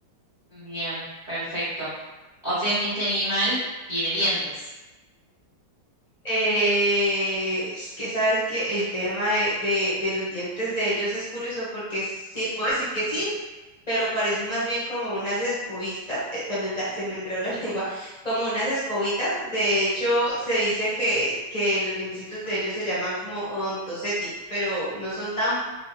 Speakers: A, on the right (about 35°); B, on the left (about 45°).
A: Bien, perfecto. O sea que este animal tiene dientes.
B: Eh, es que sabes que el tema de, de- de los dientes de ellos es curioso porque sí puedo decir que sí, pero parecen
A: <laughs>
B: más bien como unas escobitas, eh, <laughs> bla, bla, bla, se me enredó la <laughs> lengua, como unas escobitas. De hecho, se dice que, que los dientecitos de ellos se llaman como odontoceti, pero no son tan